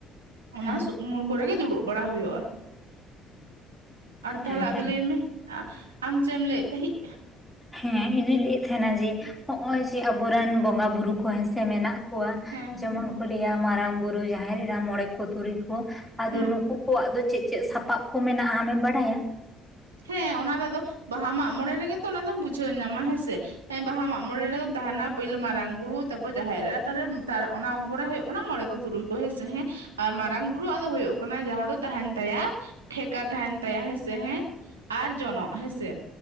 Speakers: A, on the right (about 80°); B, in the centre.
A: ᱚᱱᱟ
B: ᱦᱮᱸ
A: ᱩᱢᱩᱞ ᱠᱚᱨᱮ ᱜᱮ, ᱫᱩᱲᱩᱵ ᱵᱟᱲᱟ ᱦᱳᱭᱳᱜᱼᱟ᱾ ᱟᱨ ᱛᱟᱦᱚᱞᱮ,
B: ᱦᱮᱸ
A: ᱟᱫᱚ
B: ᱦᱮᱸ
A: ᱞᱟᱹᱭ ᱢᱮ ᱟᱢ ᱪᱮᱫ ᱮᱢ ᱞᱟᱹᱭᱮᱫ ᱛᱟᱦᱤᱸᱜ?
B: ᱦᱮᱸ ᱤᱧ ᱫᱩᱧ ᱞᱟᱹᱭᱮᱫ ᱛᱟᱦᱮᱱᱟ ᱡᱮ, ᱦᱚᱸᱜ-ᱚᱭ ᱡᱮ ᱟᱵᱚᱨᱮᱱ ᱵᱚᱸᱜᱟ ᱵᱩᱨᱩ ᱠᱚ ᱦᱮᱸᱥᱮ ᱢᱮᱱᱟᱜ ᱠᱚᱣᱟ,
A: ᱦᱮᱸ
B: ᱡᱮᱢᱚᱱ ᱠᱚ ᱞᱟᱹᱭᱟ, ᱢᱟᱨᱟᱝ ᱵᱩᱨᱩ, ᱡᱟᱦᱮᱨ ᱮᱨᱟ, ᱢᱚᱬᱮ ᱠᱚ ᱛᱩᱨᱩᱭ ᱠᱚ ᱟᱫᱚ
A: ᱦᱩᱸ
B: ᱱᱩᱠᱩ ᱠᱚᱣᱟᱜ ᱫᱚ ᱪᱮᱫ ᱪᱮᱫ ᱥᱟᱯᱟᱵ ᱠᱚ ᱢᱮᱱᱟᱜᱼᱟ, ᱟᱢᱮᱢ ᱵᱟᱲᱟᱭᱟ?
A: ᱦᱮᱸ ᱚᱱᱟ ᱫᱚ ᱟᱫᱚ, ᱵᱟᱦᱟ ᱢᱟᱜ ᱢᱚᱬᱮ ᱨᱮᱜᱮᱛᱚ ᱚᱱᱟ ᱫᱚᱢ ᱵᱩᱡᱷᱟᱹᱣ ᱧᱟᱢᱟ ᱦᱮᱸ ᱥᱮ, ᱦᱮᱸ ᱵᱟᱦᱟ ᱢᱟᱜ ᱢᱚᱬᱮ ᱨᱮᱫᱚ ᱛᱟᱦᱮᱱᱟ, ᱯᱳᱭᱞᱳ ᱢᱟᱨᱟᱝ ᱵᱩᱨᱩ ᱛᱟᱨᱯᱚᱨ ᱡᱟᱦᱮᱨ ᱮᱨᱟ <unintelligible> ᱚᱱᱟ ᱛᱟᱨᱯᱚᱨᱮ ᱦᱩᱭᱩᱜ ᱠᱟᱱᱟ ᱢᱚᱬᱮ ᱠᱚ ᱛᱩᱨᱩᱭ ᱠᱚ ᱦᱮᱸᱥᱮ ᱦᱮᱸ, ᱟᱨ ᱢᱟᱨᱟᱝ ᱵᱩᱨᱩ-ᱟᱜ ᱫᱚ ᱦᱳᱭᱳᱜ ᱠᱟᱱᱟ ᱡᱟᱦᱟᱸ ᱫᱚ ᱛᱟᱦᱮᱱ ᱛᱟᱭᱟ ᱴᱷᱮᱠᱟ ᱛᱟᱦᱮᱱ ᱛᱟᱭᱟ ᱦᱮᱸᱥᱮ ᱦᱮᱸ, ᱟᱨ ᱡᱚᱱᱚᱜ ᱦᱮᱸᱥᱮ,